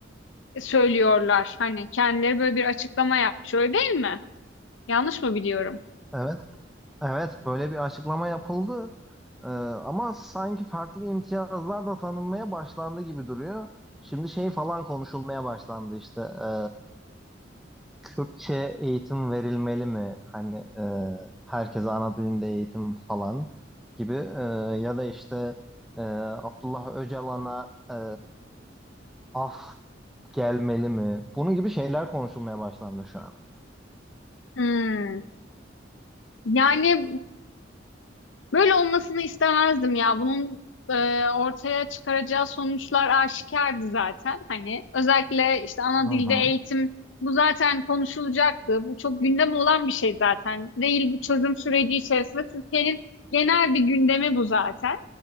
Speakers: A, on the left (about 85°); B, in the centre.
A: söylüyorlar. Hani kendileri böyle bir açıklama yapmış öyle değil mi? Yanlış mı biliyorum?
B: Evet, evet böyle bir açıklama yapıldı. E, ama sanki farklı imtiyazlar da tanınmaya başlandı gibi duruyor. Şimdi şey falan konuşulmaya başlandı işte. e, Kürtçe eğitim verilmeli mi? Hani e, herkese ana dilinde eğitim falan gibi E, ya da işte e, Abdullah Öcalan'a e, af gelmeli mi? Bunun gibi şeyler konuşulmaya başlandı şu an.
A: Hmm. Yani Böyle olmasını istemezdim ya. Bunun e, ortaya çıkaracağı sonuçlar aşikardı zaten. Hani özellikle işte ana
B: Hı
A: dilde
B: hı,
A: eğitim bu zaten konuşulacaktı. Bu çok gündem olan bir şey zaten. Değil bu çözüm süreci içerisinde Türkiye'nin genel bir gündemi bu zaten.